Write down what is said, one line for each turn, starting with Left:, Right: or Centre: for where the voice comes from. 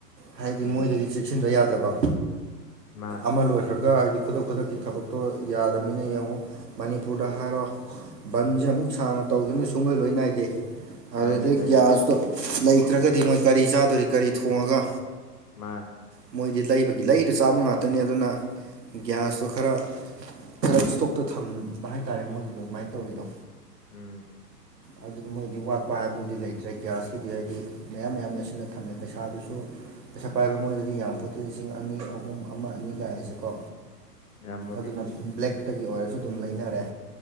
Right: ꯍꯥꯏꯗꯤ
Left: ꯎꯝ
Right: ꯃꯣꯏꯗꯒꯤ ꯏꯤꯁꯤꯟꯗ ꯌꯥꯗꯕ
Left: ꯃꯥꯅꯦ
Right: ꯑꯃ ꯂꯣꯏꯈ꯭ꯔꯒ ꯍꯥꯏꯗꯤ ꯈꯨꯗꯛ ꯈꯨꯗꯛꯀꯤ ꯊꯕꯛꯇꯣ ꯌꯥꯗꯅꯤꯅ ꯌꯦꯡꯉꯣ ꯃꯅꯤꯄꯨꯔꯗ ꯍꯥꯏꯔꯣ ꯕꯟꯁꯦ ꯑꯃꯨꯛ ꯁꯥꯡꯅ ꯇꯧꯈꯤꯕꯅ ꯁꯨꯡꯂꯣꯏ ꯂꯣꯏ ꯅꯥꯏꯗꯦ ꯑꯗꯨꯗꯒꯤꯩ
Left: ꯅꯥꯏꯗꯦ ꯅꯥꯏꯗꯦ
Right: ꯒ꯭ꯌꯥꯁꯇꯣ ꯂꯩꯇ꯭ꯔꯒꯗꯤ ꯃꯣꯏ ꯀꯔꯤ ꯆꯥꯗꯣꯔꯤ ꯀꯔꯤ ꯊꯣꯡꯉꯒ
Left: ꯃꯥ
Right: ꯃꯣꯏꯗꯤ ꯂꯩꯕꯒꯤ ꯂꯩꯗ ꯆꯥꯕ ꯉꯥꯛꯇꯅꯤ ꯑꯗꯨꯅ ꯒ꯭ꯌꯥꯁꯇꯣ ꯈꯔ ꯈꯔ ꯏꯁꯇꯣꯛꯇ ꯊꯝꯕ ꯍꯥꯏꯇꯥꯔꯦ ꯃꯣꯏꯒꯤꯗꯣ ꯑꯗꯨꯃꯥꯏꯅ ꯇꯧꯔꯤꯗꯣ
Left: ꯎꯝ
Right: ꯑꯗꯨꯅ ꯃꯣꯏꯗꯤ ꯋꯥꯠꯄ ꯍꯥꯏꯕꯗꯨꯗꯤ ꯂꯩꯇ꯭ꯔꯦ ꯒ꯭ꯌꯥꯁꯀꯤꯗꯤ ꯍꯥꯏꯗꯤ ꯃꯌꯥꯝ ꯃꯌꯥꯝꯅ ꯁꯤꯅ ꯊꯝꯃꯦ ꯄꯩꯁꯥꯗꯨꯁꯨ ꯄꯩꯁꯥ ꯄꯥꯏꯕ ꯃꯣꯏꯗꯗꯤ ꯌꯥꯝ ꯐꯣꯠꯇꯤ ꯂꯤꯁꯤꯡ ꯑꯅꯤ ꯑꯍꯨꯝ ꯑꯃ ꯑꯅꯤ ꯀꯥꯏꯔꯁꯦꯀꯣ
Left: ꯌꯥꯝꯕꯨꯗꯤ
Right: ꯑꯗꯨꯅ ꯕ꯭ꯂꯦꯛꯇꯒꯤ ꯑꯣꯏꯔꯁꯨ ꯑꯗꯨꯝ ꯂꯩꯅꯔꯦ